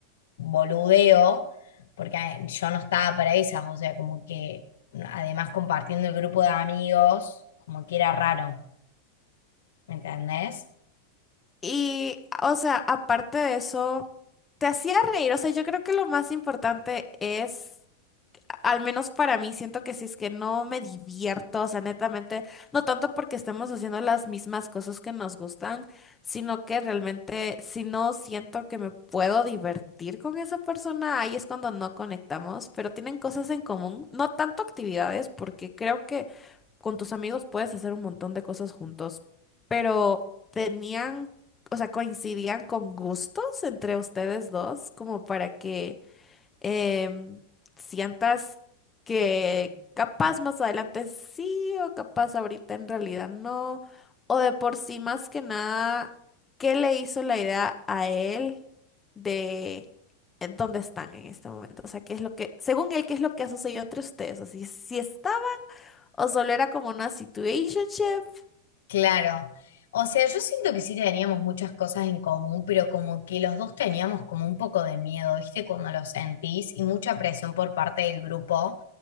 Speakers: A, on the left; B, on the left.
A: boludeo, porque eh, yo no estaba para esas, o sea, como que además compartiendo el grupo de amigos, como que era raro, ¿me entendés?
B: Y, o sea, aparte de eso, te hacía reír. O sea, yo creo que lo más importante es, al menos para mí, siento que si es que no me divierto, o sea, netamente, no tanto porque estemos haciendo las mismas cosas que nos gustan, sino que realmente si no siento que me puedo divertir con esa persona, ahí es cuando no conectamos, pero tienen cosas en común, no tanto actividades, porque creo que con tus amigos puedes hacer un montón de cosas juntos, pero tenían, o sea, coincidían con gustos entre ustedes dos, como para que em, sientas que capaz más adelante sí o capaz ahorita en realidad no, o de por sí más que nada, ¿qué le hizo la idea a él de... en ¿Dónde están en este momento? O sea, ¿qué es lo que, según él, qué es lo que ha sucedido entre ustedes? Así, si si está o solo era como una situationship.
A: Claro. O sea, yo siento que sí teníamos muchas cosas en común, pero como que los dos teníamos como un poco de miedo, ¿viste? Cuando lo sentís y mucha presión por parte del grupo,